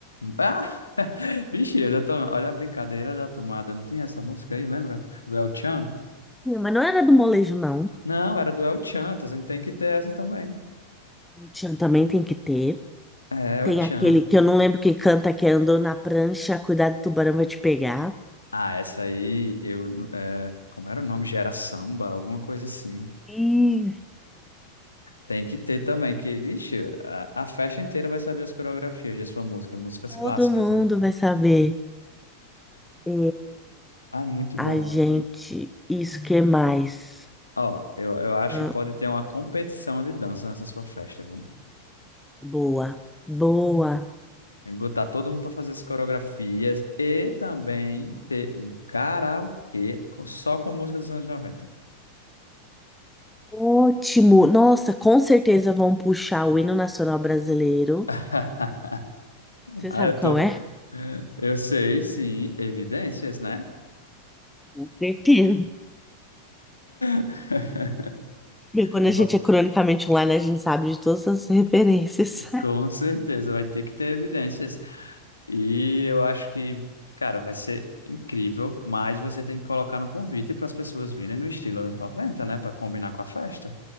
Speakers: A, on the left; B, in the centre.
A: Ah! <laughs> Vixe, eu já tô... olha a brincadeira da tomada. Não tinha essa música aí, lembra? Do El Chan?
B: Hum, Mas não era do molejo, não.
A: Não, era do El Chan, então você tem que ter essa também.
B: No Tchan também tem que ter.
A: É,
B: Tem
A: El Chan.
B: aquele que eu não lembro quem canta, que é andou na prancha, cuidado, o tubarão vai te pegar.
A: Ah, essa aí, eu. não- É... Como era o nome? Gera samba, alguma coisa assim.
B: Isso.
A: Tem que ter também, que, vixe, a, a festa inteira vai saber as coreografias de sua música, músicas
B: Todo
A: clássicas,
B: mundo
A: né?
B: vai saber. É,
A: Ah, é muito
B: a
A: bom.
B: gente, isso que mais?
A: Ó, eu, eu acho
B: Hum,
A: que pode ter uma competição de dança nessa sua festa, viu?
B: boa, boa.
A: Tem que botar todo mundo para fazer as coreografias e também ter um karaokê com- só com música dos anos noventa.
B: Ótimo. Nossa, com certeza vão puxar o hino nacional brasileiro.
A: <laughs>
B: Você
A: Ah,
B: sabe
A: eu
B: qual
A: tô.
B: é?
A: Eu sei, sim, evidências, né?
B: Com certeza.
A: <laughs>
B: Bem, Quando
A: Va-
B: a gente é cronicamente online, a gente sabe de todas as referências.
A: Com certeza, vai ter que ter evidências. E eu acho que, cara, vai ser incrível, mas você tem que colocar no convite para as pessoas virem no estilo anos 90, né? Para combinar com a festa.